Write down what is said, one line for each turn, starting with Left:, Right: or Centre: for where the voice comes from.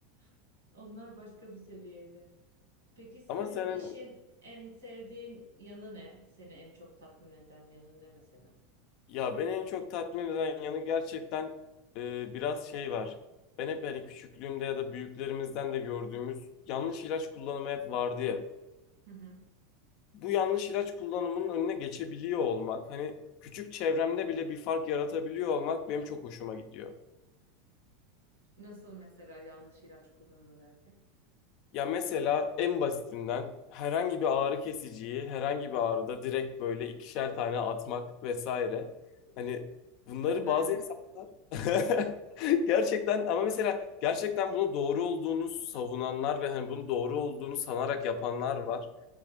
Right: <laughs> Onlar başka bir seviyeydi. Peki sizin
Left: Ama senin
Right: işin en sevdiğin yanı ne? Seni en çok tatmin eden yanı ne mesela?
Left: ya beni en çok tatmin eden yanı gerçekten e, biraz şey var. Ben hep hani küçüklüğümde ya da büyüklerimizden de gördüğümüz yanlış ilaç kullanımı hep vardı ya.
Right: Hı hı.
Left: bu yanlış ilaç kullanımının önüne geçebiliyor olmak, hani küçük çevremde bile bir fark yaratabiliyor olmak benim çok hoşuma gidiyor.
Right: Nasıl mesela yanlış ilaç kullanımı derken?
Left: Ya mesela en basitinden herhangi bir ağrı kesiciyi herhangi bir ağrıda direkt böyle ikişer tane atmak vesaire. Hani bunları
Right: O ben.
Left: bazı insanlar
Right: <laughs>
Left: <laughs> gerçekten ama mesela gerçekten bunu doğru olduğunu savunanlar ve hani bunu doğru olduğunu sanarak yapanlar var.